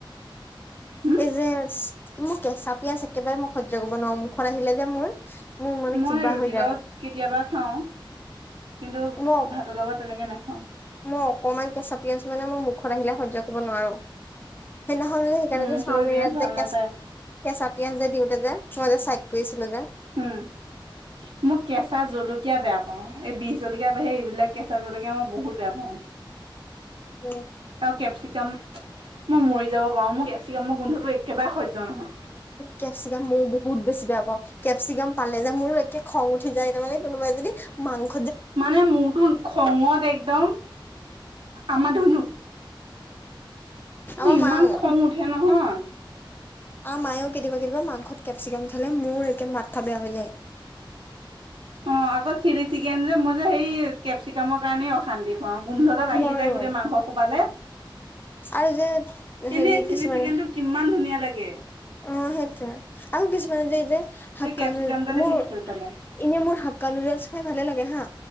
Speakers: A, on the right; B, on the left.
A: হম
B: এই যে মোৰ কেঁচা পিয়াজ একেবাৰে মই সহ্য কৰিব নোৱাৰো মুখত আহিলে যে মোৰ মোৰ মানে
A: মই
B: কিবা
A: ৰুটিৰ
B: হৈ যায়
A: লগত কেতিয়াবা খাও কিন্তু
B: মই
A: ভাতৰ লগত তেনেকে নাখাও।
B: মই অকণমান কেঁচা পিঁয়াজ মানে মই মুখত আহিলে সহ্য কৰিব নোৱাৰো। সেইদিনাখন যে সেইকাৰণে
A: উম,
B: যে চাওমিন
A: চবে পিয়াজ
B: একজেকেচ
A: ভাল নাপায়।
B: কেঁচা পিঁয়াজ যে দিওতে যে মই যে চাইড কৰিছিলো যে
A: উম', মই কেঁচা জলকীয়া বেয়া পাওঁ এই বিজ জলকীয়া বাহিৰে এইবিলাক কেঁচা জলকীয়া মই বহুত বেয়া পাওঁ।
B: উম',
A: আৰু কেপচিকাম মই মৰি যাব পাৰো মোৰ কেপচিকামৰ গোন্ধটো একেবাৰে সহ্য নহয়
B: কেপচিকাম ময়ো বহুত বেছি বেয়া পাওঁ কেপচিকাম পালে যে মোৰো একে খং উঠি যায় তাৰমানে কোনোবাই যদি মাংস
A: মানে মোৰতো খঙত একদম আমাৰ ধুনু মোৰ
B: আমাৰ
A: ইমান
B: মাও
A: খং উঠে নহয়।
B: আ মায়েও কেতিয়াবা কেতিয়া মাংসত কেপচিকাম ঢালে মোৰ একে মাথা বেয়া হৈ যায়।
A: অ', আকৌ চিলি চিকেন যে মোৰ যে সেই কেপচিকামৰ কাৰণেই অশান্তিত অ', গোন্ধডাল আহি
B: মইও
A: যায় গোটেই মাংস হোপালে
B: আৰু যে
A: এনেই
B: হেৰি
A: চিলি
B: কিছুমানে
A: চিকেনটো কিমান ধুনীয়া লাগে।
B: অ', সেইটোৱে আৰু কিছুমানে যে এই যে
A: সেই
B: হকান
A: কেপচিকাম ডালে
B: মো
A: শেষ কৰি পেলাই।
B: এনে মোৰ হাক্কা নুডেলছ খাই ভালে লাগে হা